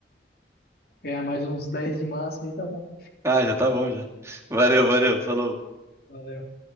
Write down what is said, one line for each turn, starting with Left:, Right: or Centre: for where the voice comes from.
Left: ganhar mais uns 10 de massa aí, tá bom.
Right: Ah, já tá bom já. Valeu, valeu, falou.
Left: Valeu.